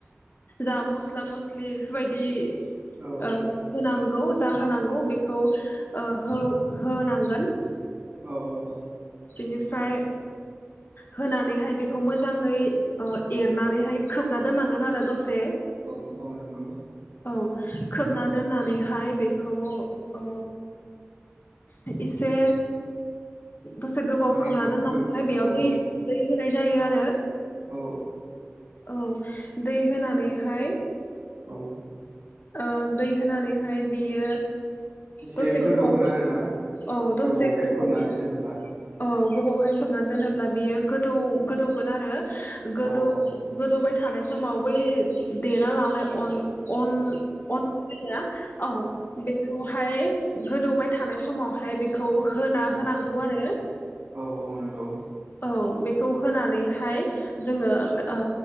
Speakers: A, on the left (about 50°); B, on the right (about 75°).
A: जा मस्ला मस्लि बेफोरबायदि दि
B: औ
A: ओ
B: औ
A: होनांगौ। जा होनांगौ बेखौ ओ हौ होनांगोन
B: औ औ औ
A: बेनिफ्राय होनानैहाय बेखौ मोजाङै अ एरनानैहाय खोबना दोननांगोन आरो दसे।
B: औ औ नोंगौ
A: औ खोबना दोननानैहाय बेखौ ओ इसे दसे गोबाव
B: माने
A: खोबना दोननांगौहाय
B: गो
A: बेयाव
B: औ
A: दै दै होनाय जायो आरो।
B: औ
A: औ दै होनानैहाय
B: औ
A: ओ दै होनानैहाय बियो
B: एसे
A: दसे
B: गोदौगोन
A: गोबावनि
B: आरोना
A: उनाव औ दसे
B: गोबावहाय
A: गोबाव
B: खोबनानै दोनोब्ला?
A: औ गोबावहाय खोबनानै दोनोब्ला बेयो गोदौ गोदौगोन आरो गोदौ
B: औ औ
A: गोदौबाय थानाय समाव बै देना लांनाय अन अन अन गुन्दैया औ बेखौहाय गोदौबाय थानाय समावहाय बे खौ होना
B: औ
A: होनांगौ
B: औ
A: आरो
B: औ औ नंगौ
A: औ। बेखौ होनानैहाय जोङो ओ